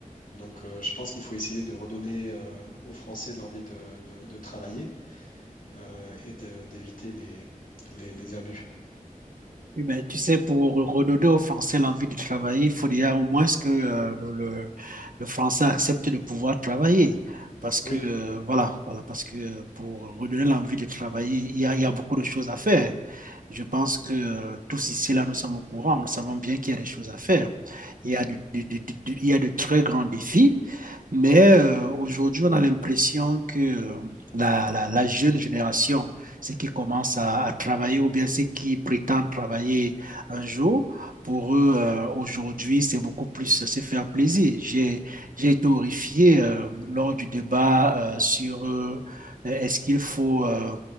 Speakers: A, on the left (about 80°); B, on the right (about 70°).
A: Donc, euh, je pense qu'il faut essayer de redonner euh, aux Français de l'envie de, de- de travailler euh, et de- d'éviter les, les, les abus.
B: Oui, ben, tu sais, pour redonner aux Français l'envie de travailler, il faut déjà au moins que euh, le, le- le Français accepte de pouvoir travailler. Parce
A: Oui,
B: que, euh, voilà, voilà, parce que euh, pour redonner l'envie de travailler, il y a, il y a beaucoup de choses à faire. Je pense que euh, tous ici, là, nous sommes au courant, nous savons bien qu'il y a des choses à faire. Il y a de, de- de- de- de- il y a de très grands défis mais euh, aujourd'hui, on a l'impression que euh, la, la, la jeune génération, ceux qui commencent à, à travailler ou bien ceux qui prétendent travailler un jour, pour eux, euh, aujourd'hui, c'est beaucoup plus euh, se faire plaisir. J'ai, j'ai été horrifié euh, lors du débat euh, sur euh, euh, est-ce qu'il faut euh,